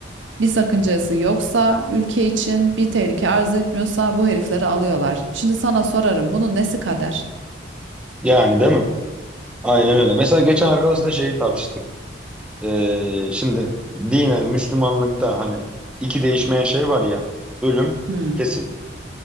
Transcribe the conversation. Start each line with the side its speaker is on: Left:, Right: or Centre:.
Right: Bir sakıncası yoksa, ülke için bir tehlike arz etmiyorsa bu herifleri alıyorlar. Şimdi sana sorarım bunun nesi kader?
Centre: Yani değil mi? Aynen öyle. Mesela geçen arkadaşla şeyi tartıştık. Ee, şimdi dinen Müslümanlıkta hani iki değişmeyen şey var ya. Ölüm
Right: Hmm,
Centre: kesin.